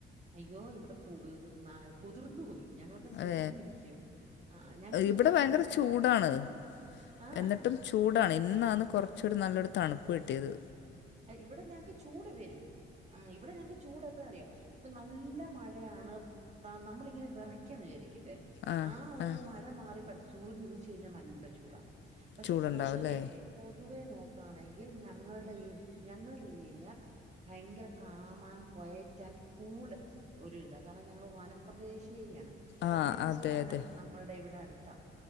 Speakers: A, on the right; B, on the left.
A: അയ്യോ ഇവിടെ കു ന്നാ കുതിർന്ന് പോയി ഞങ്ങളൊക്കെ കുതിർന്നിരിക്കാ
B: ഏ
A: ആഹ് ആഹ് ഞങ്ങക്ക് ഇവ്ടെ
B: ഇവിടെ ഭയങ്കര
A: വന
B: ചൂടാണ്
A: ആഹ്
B: എന്നിട്ടും ചൂടാണ് ഇന്നാന്ന് കൊറച്ചൊരു നല്ലൊരു തണുപ്പ് കിട്ട്യേത്
A: ഇവിടെ ഞങ്ങക്ക് ചൂട് വെരും ആഹ് ഇവിടെ ഞങ്ങ്ക്ക് ചൂട് എപ്പഴാറ്യോ ഇപ്പൊ നല്ല മഴയാണ് നമ്മളിങ്ങെനെ വെറക്കെന്ന് വിചാരിക്കട്ടെ
B: ആഹ്
A: ആ ഒര്
B: ആഹ്
A: മഴ മഴ മാറി പെ സൂര്യനുദിച്ച് കഴിഞ്ഞാ നല്ല ചൂടാ പക്ഷെ
B: ചൂടുണ്ടാവുംല്ലേ
A: പൊതുവേ പൊതുവേ നോക്കാണെങ്കിൽ ഞങ്ങൾടെ ഈ ഞങ്ങൾടെ ഈ ഏരിയ ഭയെങ്കെര കാമാൻ കൊയറ്റാൻ കൂള് ഒരുര്താ കാര്ണം ഞങ്ങള് വന പ്രദേശേര്യാണ് ശബരിമല
B: ആഹ് അതെ
A: വനം
B: അതെ
A: നമ്മൾടെ ഇവ്ടെ അട്ത്താ